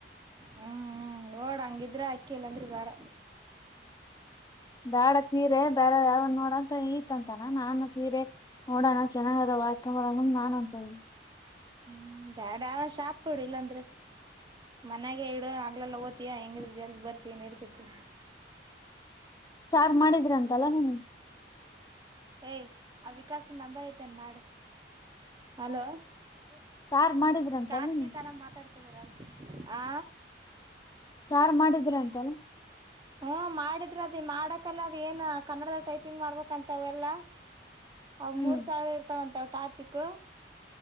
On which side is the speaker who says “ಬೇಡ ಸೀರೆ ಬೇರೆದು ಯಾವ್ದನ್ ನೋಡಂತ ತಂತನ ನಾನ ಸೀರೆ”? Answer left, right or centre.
Left